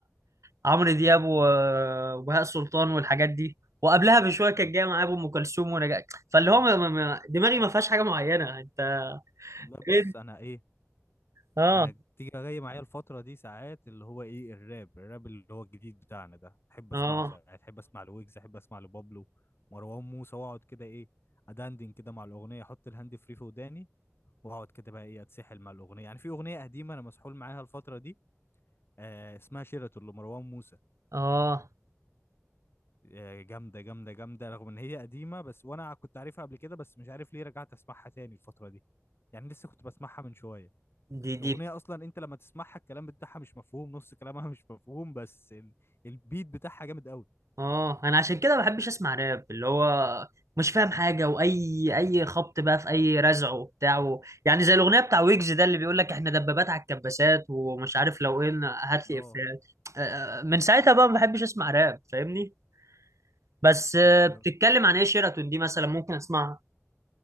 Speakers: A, on the right; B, on the left.
A: عمرو دياب و- وبهاء سلطان والحاجات دي وقبلها بشويه كانت
B: مم.
A: جايه معايا بام كلثوم ونجاة فاللي هو ما- ما- ما- دماغي ما فيهاش حاجه معينه انت
B: والله بص
A: إيه؟
B: انا ايه
A: اه
B: انا تيجي جاي معايا الفتره دي ساعات اللي هو ايه الراب الراب اللي هو الجديد بتاعنا ده احب
A: اه
B: اسمعه ساعات احب اسمع لويجز احب اسمع لبابلو مروان موسى واقعد كده ايه ادندن كده مع الاغنيه احط الهاند فري في وداني واقعد كده بقى ايه اتسحل مع الاغنيه يعني في اغنيه قديمه انا مسحول معاها الفتره دي آه اسمها شيراتون لمروان موسى
A: اه
B: آه جامده جامده جامده رغم ان هي قديمه بس وانا كنت عارفها قبل كده بس مش عارف ليه رجعت اسمعها تاني الفتره دي يعني لسه كنت بسمعها من شويه
A: دي
B: اغنيه
A: دي
B: اصلا انت لما تسمعها الكلام بتاعها مش مفهوم نص كلامها مش مفهوم بس ال- البيت بتاعها جامد قوي
A: اه انا عشان كده ما بحبش اسمع راب اللي هو مش فاهم حاجه واي اي خبط بقى في اي رزع وبتاع و... يعني زي الاغنيه بتاع ويجز ده اللي بيقول لك احنا دبابات على الكباسات ومش عارف لو ايه هات لي
B: اه
A: افيهات آه، آه، من ساعتها بقى ما بحبش اسمع راب فاهمني بس آه،
B: طب
A: بتتكلم عن ايه شيراتون دي مثلا ممكن اسمعها